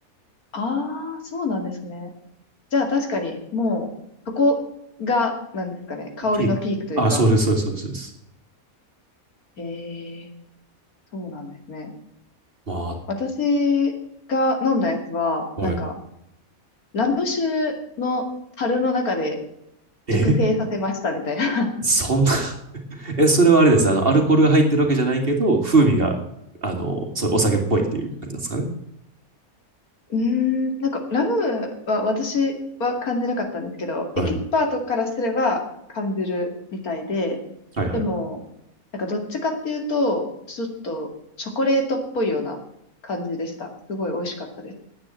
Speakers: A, on the left; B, on the right.
A: ああ、そうなんですね。じゃあ確かに、もう、そこが、なんですかね、香りのピークというか。
B: ピーク。あ、そうです、そうです、そうです。そうです
A: へえ、そうなんですね。
B: ま
A: 私が飲んだやつは、
B: あ、
A: なんか、
B: はい。
A: ラム酒の樽の中で、
B: え
A: 熟成させましたみたいな。
B: そんなえ、それはあれです。あの、アルコールが入ってるわけじゃないけど、風味が、あの、そういうお酒っぽいっていう感じなんですかね。
A: <laughs> うーん、なんかラムは私は感じなかったんですけど、
B: はい。
A: エキスパートからすれば感じるみたいで、
B: はいはい。
A: でも、なんかどっちかっていうと、ちょっとチョコレートっぽいような感じでした。すごい美味しかったです。